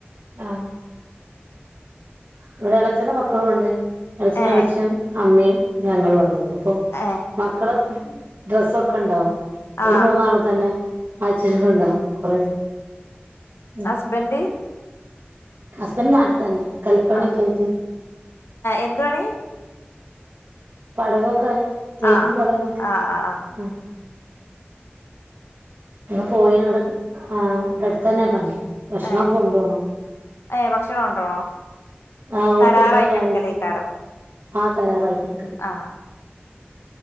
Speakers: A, on the right; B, on the left.
A: ആഹ് ഇവിടെ ഇളച്ചന്റെ മക്കളും ഉണ്ട് ഇളച്ചനും
B: ഏ
A: ഇളച്ചനും അമ്മയും ഞങ്ങളും ഉള്ളത് <unintelligible>
B: ഏ
A: മക്കളെ ഡ്രസ്സൊക്കെ ഉണ്ടാവും
B: ആ
A: ഒരു മൂന്നാള് തന്നെ ആഴിച്ചിട്ടുണ്ടാവും കൊറെ ഉം
B: ഹസ്ബന്റ്
A: ഹസ്ബൻഡ് നാട്ട് തന്നെ കല്പ്പണൊക്കെ
B: ആ
A: ആയിട്ട്
B: എന്തുവാണി
A: പടവൊക്കെ തേപ്പും
B: ആ
A: പടവനൊക്കെ
B: ആ ആ ആ
A: മ്മ് ഇടെ പോയി ഇവിടെ ആ ഇടെഅടുത്ത് തന്നെ പണി ഭക്ഷണക്കെ
B: ഏ
A: കൊണ്ടവണം
B: ഏ ഭക്ഷണം കൊണ്ടോണോ
A: ആഹ് ഓരു
B: കരാറായിട്ട്
A: കൊണ്ടോവും രാവിലെ
B: എടുക്കലേക്കാരം
A: ആ കരാറായിക്കൊടുക്ക
B: ആ